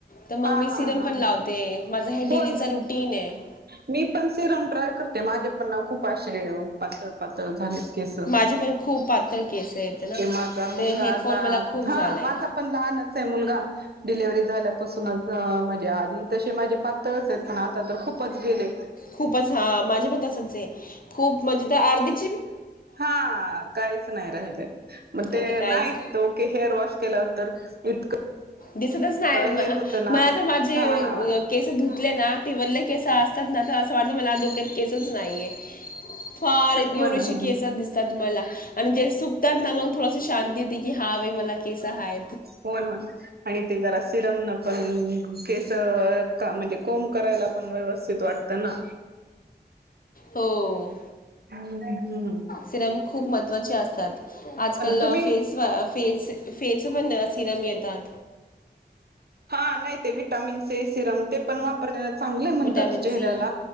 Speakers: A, on the left; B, on the right.
A: तर मग
B: हा
A: मी सिरम
B: हा हा
A: पण लावते माझं हे डेलीचा
B: हो
A: रुटीन आहे
B: मी पण सिरम ट्राय करते. माझे पण ना खूप खूपे पातळ पातळ झाले. केस
A: माझे पण खूप पातळ केस आहेत ना
B: की माझा मुलगा
A: ते हेअरफॉल
B: आता
A: मला खूप झालंय
B: हा माझा पण मुलगा आता लहान च आहे डिलिव्हरी झालं. पासूनच म्हणजे आधी तसे माझे पातळच आहेत. ना आता तर खूपच गेले.
A: खूपच हा माझे पण तसच आहे. खूप म्हणजे तर अर्धिक
B: हा काहीच नाही राहिले. मग ते
A: आता कायच
B: नाहीतक हेअर वॉश केल्यावर तर इतकं
A: दिसतच नाही
B: हे होतं ना
A: मला तर माझे
B: हा
A: केस धुतले ना ते वल्ले केस असतात ना तर असं वाटत मला डोक्यात केसच नाहीय. फार एवढेशी
B: हो ना हो
A: केस
B: ना
A: दिसतात तुम्हाला आणि जे सुकतात ना शांती होती की हा बाई मला केस हाय.
B: हो ना हो आणि ते जरा सिरम न पण केस म्हणजे कोंब करायला पण व्यवस्थित वाटत ना.
A: हो
B: हम हम्.
A: सिरम खूप महत्वचे असतात. आजकाल
B: तुम्ही
A: फेस फेस फेसवर न सिरम येतात.
B: हा नाही ते विटामिनस सिरम ते पण वापर चांगले म्हणतात
A: विटॅमिन
B: चेहऱ्याला
A: सी